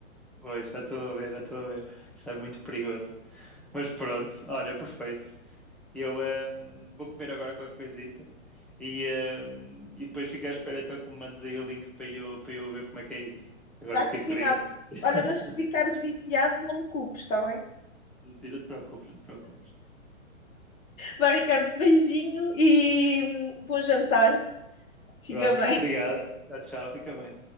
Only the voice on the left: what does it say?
Está
combinado.
Olha, mas se ficares viciado, não me culpes, está bem?
Vai, Ricardo, beijinho e hum, bom jantar. Fica
bem.